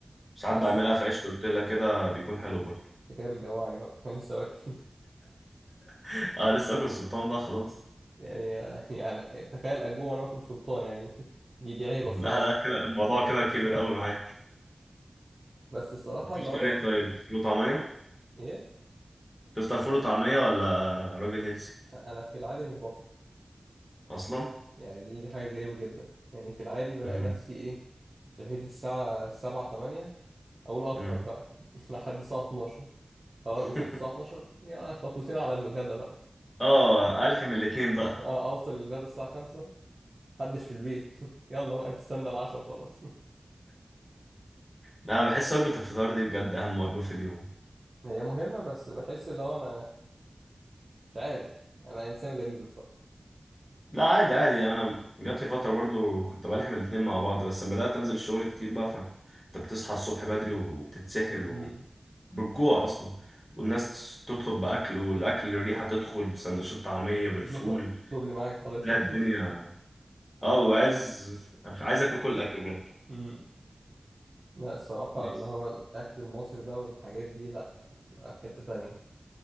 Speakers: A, on the left; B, on the right.
A: ساعات
B: بس
A: بعملها في عيش تورتيلا كده بيكون حلو برضه
B: انت كده بتجوعني بقى <laughs> انا لسه واكل
A: <laughs> اه لسه اكل السلطان بقى خلاص
B: يعني <laughs> يعني تخيل اجوع وانا باكل سلطان يعني <laughs> دي دي عيبه الصراحه
A: لا لا كده الموضوع كده كبر
B: <laughs>
A: قوي معايا
B: بس الصراحه
A: بتفطر
B: اللي هو
A: ايه طيب فول وطعمية
B: ايه
A: تفطر فول وطعمية ولا راجل هيلسي
B: انا في العادي مش بفطر
A: اصلا
B: يعني دي دي حاجه غريبه جدا يعني في العادي بلاقي
A: مم.
B: نفسي ايه صحيت الساعه 7 8 اقول افطر
A: مم.
B: بقى <laughs> لحد الساعه 12 خلاص
A: <laughs>
B: وصلت الساعه 12 يا خطوتين على الغدا بقى
A: اه الحم الاتنين بقى
B: <laughs> اه اوصل للغدا الساعه 5 محدش في البيت <laughs> يلا بقى نستنى العشاء وخلاص
A: لا بحس وجبة الفطار دي بجد اهم وجبة في اليوم
B: <laughs> هي مهمه بس بحس اللي هو انا مش عارف انا انسان غريب
A: لا عادي عادي انا جات لي فترة برضو كنت بلحم الاتنين مع بعض بس لما بدأت انزل الشغل كتير بقى فانت بتصحى الصبح بدري وبتتسحل
B: الصراحه
A: وبالجوع اصلا والناس تطلب بأكل والأكل الريحة تدخل سندوتشات طعمية بالفول
B: <laughs> دبل معاك حضرتك
A: لا الدنيا
B: <laughs>
A: اه ببقى عايز عايز اكل كل الاكل
B: امم لا الصراحة
A: بجد
B: اللي هو الأكل المصري ده والحاجات دي لا بتبقى في حتة تانية